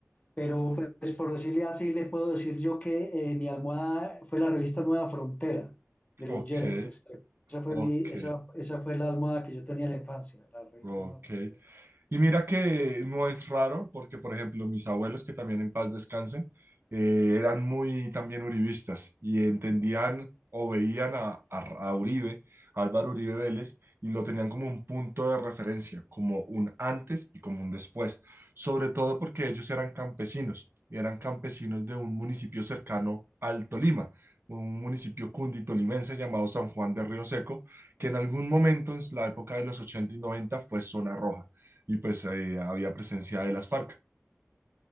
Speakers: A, on the left; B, on the right.
A: pero pues por decirle así, le puedo decir yo que eh, mi almohada fue la revista Nueva Frontera de
B: Ok,
A: los Gerald Restrepo. Esa fue
B: ok,
A: mi, esa, esa fue la almohada que yo tenía en la infancia, la revista
B: ok.
A: Nueva Frontera.
B: Y mira que no es raro, porque por ejemplo mis abuelos, que también en paz descansen, eh, eran muy también uribistas y entendían o veían a, a, a Uribe, a Álvaro Uribe Vélez, y lo tenían como un punto de referencia, como un antes y como un después, sobre todo porque ellos eran campesinos, eran campesinos de un municipio cercano al Tolima, un municipio cunditolimense llamado San Juan de Río Seco, que en algún momento, en la época de los 80 y 90 fue zona roja y pues ahí había presencia de las FARC.